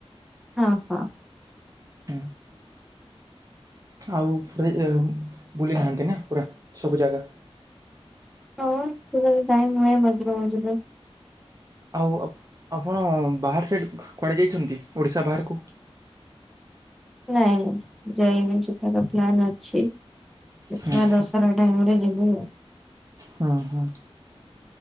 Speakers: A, in the centre; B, on the right (about 35°).
A: ହଁ ହଁ।
B: ହୁଁ। ଆଉ ପୁରା ବୁଲି ନାହାନ୍ତି ନା ପୁରା ସବୁ ଜାଗା?
A: ହଁ ଯଦି ଟାଇମ ହୁଏ ମଝିରେ ମଝିରେ
B: ଆଉ ଆପଣ ବାହାର ସେଠ କୁଆଡ଼େ ଯାଇଛନ୍ତି ଓଡ଼ିଶା ବାହାରକୁ?
A: ନାଁଇ ନାଇଁ ଯାଇନି ଯିବାର ପ୍ଲାନ ଅଛି। ଦେଖିବା
B: ହୁଁ
A: ଦଶରା
B: ହୁଁ
A: ଟାଇମ ରେ ଯିବୁ।
B: ହୁଁ ହୁଁ